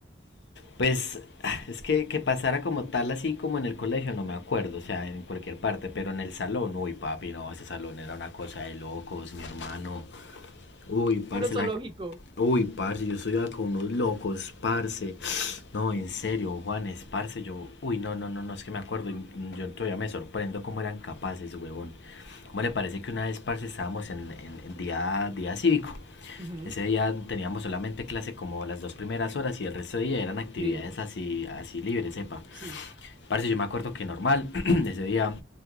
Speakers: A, on the left; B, on the right.
A: pues es que, que pasara como tal así como en el colegio, no me acuerdo, o sea, en cualquier parte, pero en el salón, uy, papi, no, ese salón era una cosa de locos, mi hermano. Uy, parce,
B: Puro zoológico.
A: la... Uy, parce, yo estudiaba con unos locos, parce. No, en serio, Juanes, parce, yo... Uy, no, no, no, no, es que me acuerdo, y, mm, yo todavía me sorprendo cómo eran capaces, huevón. ¿Cómo le parece que una vez, parce, estábamos en, en- en día, día cívico?
B: Ujú,
A: Ese día teníamos solamente clase como las dos primeras horas y el resto de día eran actividades
B: Libre.
A: así, así libres, sepa.
B: Sí.
A: Parce, yo me acuerdo que normal, <clears throat> ese día